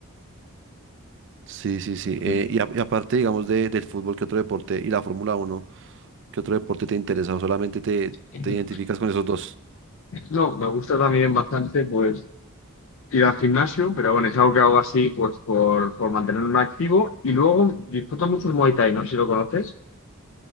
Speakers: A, on the right; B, on the left.
A: Sí, sí, sí. Eh,
B: verdad.
A: y, a- y aparte, digamos, de, del fútbol, ¿qué otro deporte? Y la Fórmula Uno ¿qué otro deporte te interesa? ¿O solamente te,
B: sí.
A: te identificas con esos dos?
B: No, me gusta también bastante pues ir al gimnasio, pero bueno, es algo que hago así pues por, por mantenerme activo y luego disfruto mucho el Muay Thai, no sé si lo conoces.